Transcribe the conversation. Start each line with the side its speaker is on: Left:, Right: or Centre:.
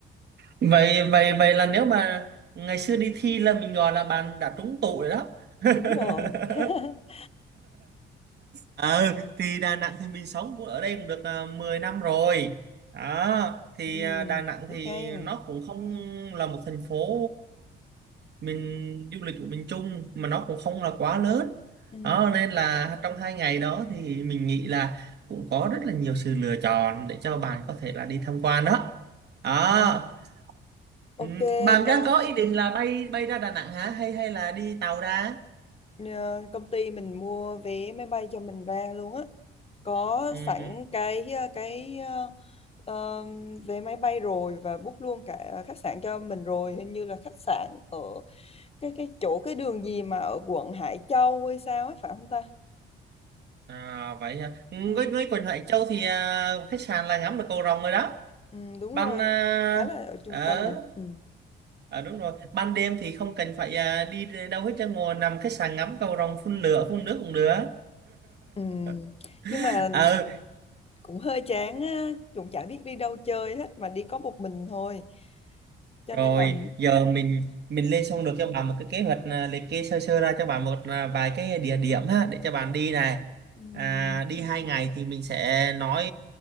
Right: vậy vậy vậy là nếu mà ngày xưa đi thi là mình gọi là bạn đã trúng tụ rồi đó. <laughs>
Left: Đúng rồi. <laughs>
Right: Ờ thì Đà Nẵng thì mình sống cũng ở đây cũng được à, 10 năm rồi. Đó, thì
Left: Ừ,
Right: à, Đà Nẵng
Left: biết
Right: thì
Left: ngay mà.
Right: nó cũng không là một thành phố mình du lịch của miền Trung mà nó cũng không là quá lớn
Left: Ừ.
Right: đó nên là trong hai ngày đó thì mình nghĩ là cũng có rất là nhiều sự lựa chọn để cho bạn có thể là đi tham quan đó đó
Left: Ờ, ok.
Right: ừ. bạn
Left: ờ,
Right: đang có ý định là bay bay ra Đà Nẵng hả hay hay là đi tàu ra
Left: nhờ công ty mình mua vé máy bay cho mình ra luôn á. Có
Right: ừ.
Left: sẵn
Right: ừ.
Left: cái ờ, cái ờ, ờm, vé máy bay rồi và book luôn cả khách sạn cho mình rồi. Hình như là khách sạn ở cái cái chỗ cái đường gì mà ở quận Hải Châu hay sao ấy phải không ta?
Right: à, vậy hả? Ừ,
Left: Ừ,
Right: với với quần Hải Châu thì à, khách sạn là ngắm được cầu rồng rồi đó
Left: ừ, đúng
Right: bạn
Left: rồi.
Right: à,
Left: Khá là ở trung
Right: ở
Left: tâm mà. Ừ.
Right: À, đúng rồi ban đêm thì không cần phải à, đi đâu hết cho ngồi nằm khách sạn ngắm cầu rồng phun lửa phun nước cũng được
Left: Ừ.
Right: <laughs>
Left: Nhưng mà
Right: ờ
Left: cũng hơi chán á cũng chả biết đi đâu chơi hết mà đi có một mình thôi cho
Right: rồi
Left: nên là
Right: giờ mình mình lên xong được cho bạn một cái kế hoạch à, liệt kê sơ sơ ra cho bạn một à, vài cái địa điểm ha để cho bạn đi này
Left: ừm,
Right: à, đi hai ngày thì mình sẽ nói